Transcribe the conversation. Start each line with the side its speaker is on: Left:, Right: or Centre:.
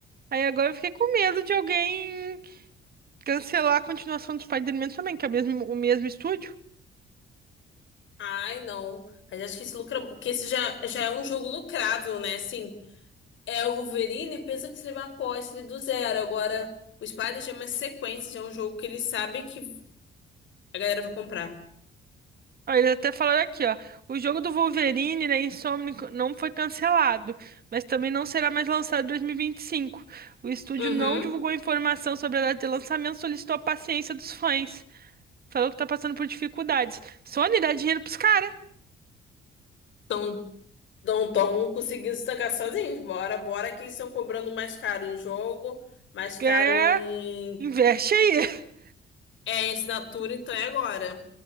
Right: aí agora eu fiquei com medo de alguém cancelar a continuação do Spider-Man também, que é o mesmo, o mesmo estúdio.
Left: Ai, não. Mas acho que esse lucra... que esse já, já é um jogo lucrável, né? Assim, é o Wolverine pensa que se levar após ele é do zero. Agora, o Spider-Man é uma sequência, já é um jogo que ele sabe que a galera vai comprar.
Right: Ó, eles até falaram aqui, ó. O jogo do Wolverine, né, Insomniac, não foi cancelado, mas também não será mais lançado em 2025. O estúdio
Left: Uhum.
Right: não divulgou informação sobre a data de lançamento, solicitou a paciência dos fãs. Falou que tá passando por dificuldades. Sony dá dinheiro pros caras.
Left: Então, Não tão conseguindo se tancar sozinhos. Bora, bora que eles estão cobrando mais caro em jogo, mais caro
Right: É,
Left: em,
Right: investe aí. <laughs>
Left: é, em assinatura, então é agora.